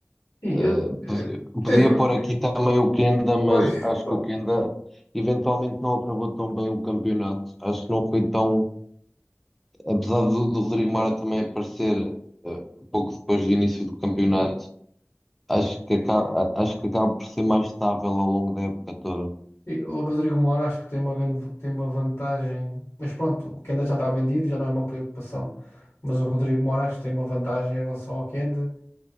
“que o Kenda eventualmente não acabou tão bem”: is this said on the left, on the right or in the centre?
Centre